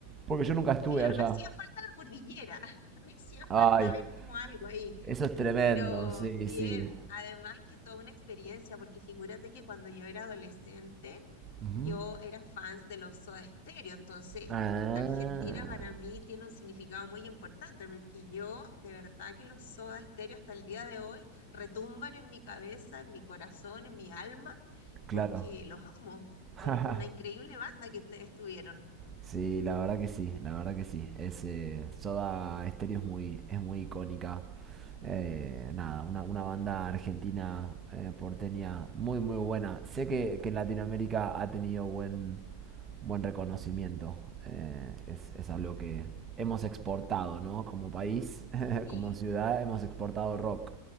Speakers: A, on the right; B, on the left.
A: Porque yo nunca estuve
B: Claro,
A: allá.
B: me hacía falta la cordillera, <laughs> me hacía
A: Ay,
B: falta ver como algo ahí,
A: eso es tremendo,
B: pero
A: sí,
B: bien,
A: sí.
B: además que toda una experiencia, porque figúrate que cuando yo era adolescente,
A: Ujú.
B: yo era fans de los Soda Stereo, entonces
A: Ah,
B: Argentina para mí tiene un significado muy importante, porque yo de verdad que los Soda Stereo hasta el día de hoy retumban en mi cabeza, en mi corazón, en mi alma,
A: claro.
B: porque los amo, son
A: <laughs>
B: una increíble banda que ustedes tuvieron.
A: Sí, la verdad que sí, la verdad que sí. Es, eh, Soda Stereo es muy, es muy icónica. Eh, nada, una, una banda argentina eh, porteña muy, muy buena. Sé que, que en Latinoamérica ha tenido buen, buen reconocimiento. Eh, es, es algo que hemos exportado, ¿no? Como país, <laughs>
B: Sí,
A: como ciudad, hemos exportado rock.